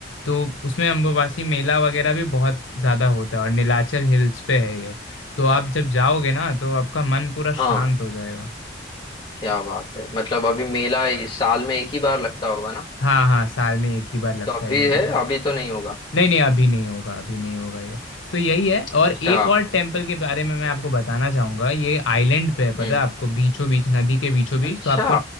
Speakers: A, on the left; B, on the left.
A: तो उसमें अम्बुबासी मेला वगैरह भी बहुत ज़्यादा होता है और नीलाचल हिल्स पे है ये तो आप जब जाओगे ना तो आपका मन पूरा
B: हाँ
A: शांत हो जाएगा
B: क्या बात है मतलब अभी मेला इस साल में एक ही बार लगता होगा ना
A: हाँ हाँ साल में एक ही बार लगता
B: तो अभी
A: है ये मेला
B: है अभी तो नहीं होगा
A: नहीं नहीं अभी नहीं होगा अभी नहीं होगा ये तो यही है और
B: अच्छा
A: एक और टेम्पल के बारे में मैं आपको बताना चाहूंगा ये आइलैंड पे है
B: हम्म
A: पता है आपको बीचों बीच नदी के बीचों बीच
B: अच्छा
A: तो आपको